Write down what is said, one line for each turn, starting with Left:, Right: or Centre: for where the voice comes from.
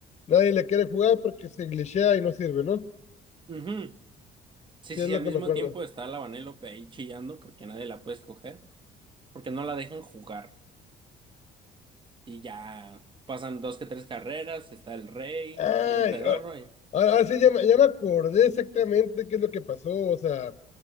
Left: nadie le quiere jugar porque se glitchea y no sirve, ¿no?
Right: Ujú. Sí,
Left: Sí,
Right: sí,
Left: es lo
Right: al
Left: que
Right: mismo
Left: me acuerdo.
Right: tiempo está la Vanellope ahí chillando porque nadie la puede escoger, porque no la dejan jugar. Y ya pasan dos que tres carreras, está el rey,
Left: Ay,
Right: bien pedorro
Left: ah,
Right: y
Left: ah, ah, sí, ya, me ya me acordé exactamente qué es lo que pasó. O sea,